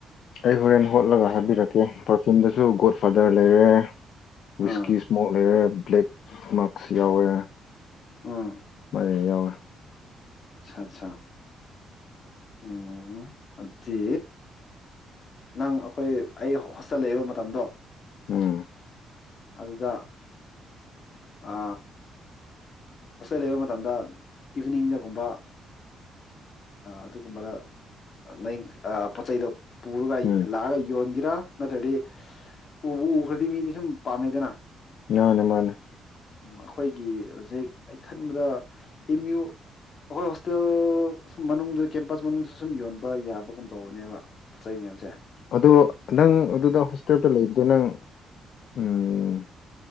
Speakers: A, on the left; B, on the left.
A: ꯑꯩ ꯍꯣꯔꯦꯟ ꯍꯣꯠꯂꯒ ꯍꯥꯏꯕꯤꯔꯛꯀꯦ ꯄꯔꯐ꯭ꯌꯨꯝꯗꯁꯨ ꯒꯣꯠ ꯗ ꯂꯩꯔꯦ ꯋꯤꯁꯀꯤ
B: ꯑꯥ
A: ꯏꯁꯃꯣꯛ ꯂꯩꯔꯦ ꯕ꯭ꯂꯦꯛ ꯃꯥꯔꯁ ꯌꯥꯎꯋꯦ
B: ꯑꯝ
A: ꯐꯔ ꯌꯥꯎꯋꯦ
B: ꯑꯆꯥ ꯑꯠꯆꯥ ꯎꯝ ꯑꯗꯨꯗꯤ ꯅꯪ ꯑꯩꯈꯣꯏ ꯑꯩ ꯍꯣꯁꯇꯦꯜ ꯂꯩꯕ ꯃꯇꯝꯗꯣ
A: ꯎꯝ
B: ꯑꯗꯨꯗ ꯑ ꯍꯣꯁꯇꯦꯜ ꯂꯩꯕ ꯃꯇꯝꯗ ꯏꯚꯤꯅꯤꯡꯗꯒꯨꯝꯕ ꯑꯗꯨꯒꯨꯝꯕꯗ ꯅꯪ ꯄꯣꯠ ꯆꯩꯗꯣ ꯄꯨꯔꯒ
A: ꯎꯝ
B: ꯂꯥꯛꯑꯒ ꯌꯣꯟꯒꯦꯔꯥ ꯅꯠꯇ꯭ꯔꯗꯤ ꯎꯕꯨ ꯎꯈ꯭ꯔꯗꯤ ꯃꯤꯗꯤ ꯁꯨꯝ ꯄꯥꯝꯃꯦꯗꯅ
A: ꯃꯥꯅꯦ ꯃꯥꯅꯦ
B: ꯑꯩꯈꯣꯏꯒꯤ ꯍꯧꯖꯤꯛ ꯑꯩ ꯈꯟꯕꯗ ꯑꯦꯝ ꯌꯨ ꯑꯩꯈꯣꯏ ꯍꯣꯁꯇꯦꯜ ꯃꯅꯨꯡꯗ ꯀꯦꯝꯄꯁ ꯃꯅꯨꯡꯗ ꯁꯨꯝ ꯌꯣꯟꯕ ꯌꯥꯕꯒꯨꯝ ꯇꯧꯕꯅꯦꯕ ꯄꯣꯠ ꯆꯩ ꯃꯌꯥꯝꯁꯦ
A: ꯑꯗꯣ ꯅꯪ ꯑꯗꯨꯗ ꯍꯣꯁꯇꯦꯜꯗ ꯂꯩꯕꯗꯣ ꯅꯪ ꯎꯝ